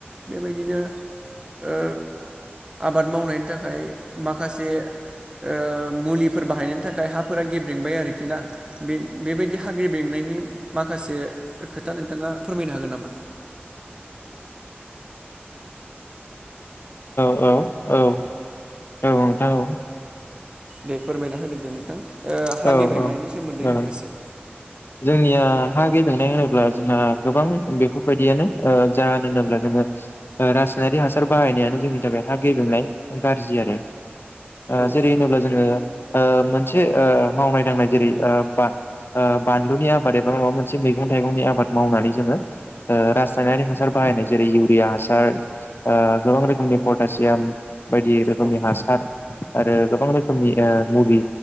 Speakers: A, on the right; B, on the left.
A: बेबायदिनो ओ आबाद मावनायनि थाखाय माखासे ओ मुलिफोर बाहायनायनि थाखाय हाफोरा गेब्रेंबाय आरोखि ना बे बेबायदि हा गेबेंनायनि माखासे खोथा नोंथाङा फोरमायनो हागोन नामा।
B: औ औ औ औ नोंथां औ
A: दे फोरमायना होदो दे नोंथां ओ हा
B: औ
A: गेब्रेंनायनि
B: औ
A: सोमोन्दै
B: जागोन
A: माखासे।
B: जोंनिया हा गेबेंनाय होनोब्ला जोंहा गोबां बेफोरबायदियानो ओ जाहोन होनोब्ला जोङो रासायनारि हासार बाहायनायानो जोंनि थाखाय हा गेबेंनाय गाज्रि आरो। ओ
A: औ
B: जेरै होनोब्ला जोङो ओ मोनो मोनसे ओ मावनाय दांनाय जेरै ओ बा ओ बानलुनि आबाद एबा माबा मोनसे मैगं थाइंनि आबाद मावनानै रस रसयनारि हासार बाहायनाय जेरै इउरिया हासार ओ गोबां रोखोमनि पटासियाम बायदि रोखोमनि
A: औ
B: हासार आरो गोबां रोखोमनि ओ मुलि।